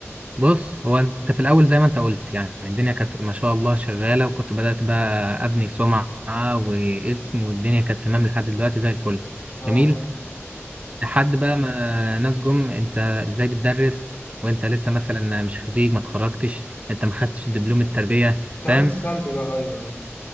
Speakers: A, on the right; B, on the left.
A: بص هو انت في الاول زي ما انت قلت يعني الدنيا كانت ما شاء الله شغاله وكنت بدات بقى ابني سمعه واسم والدنيا كانت تمام لحد دلوقتي زي الفل
B: اه
A: جميل لحد بقى ما ناس جم انت ازاي بتدرس وانت لسه مثلا مش خريج ما اتخرجتش انت ما خدتش دبلوم التربيه
B: الكلام
A: فاهم
B: السلبي بقى ايوه ايوه